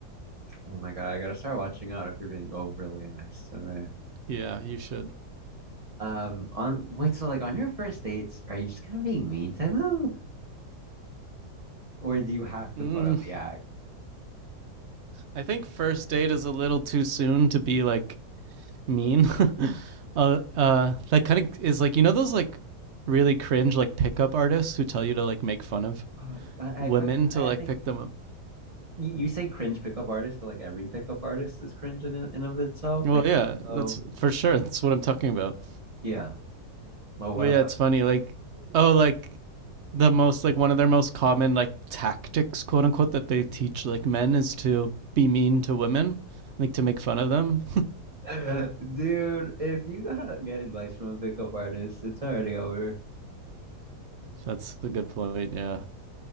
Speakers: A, on the right; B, on the right.
A: oh my god I gotta start watching out if you're being overly nice to me
B: Yeah, you should.
A: Um, on wait, so like on your first dates, are you just kind of being mean to them, or do you have to
B: Mm,
A: put up the act?
B: I think first date is a little too soon to be like mean. <laughs> uh, uh, that kind of is like you know those like really cringe like pickup artists who tell you to like make fun of
A: Uh, I,
B: women
A: I find
B: to
A: I,
B: like
A: I think
B: pick them up.
A: you, you say cringe pickup artist, but like every pickup artist is cringe in and of itself.
B: Well,
A: Like,
B: yeah,
A: oh
B: that's for sure. That's what I'm talking about.
A: yeah. Well, what
B: But yeah,
A: about
B: it's funny. Like, oh, like the most like one of their most common like tactics, quote unquote, that they teach like men is to be mean to women, like to make fun of them.
A: it? <laughs> Dude, if you gotta get advice from a pickup artist, it's already over.
B: That's a good point. Yeah.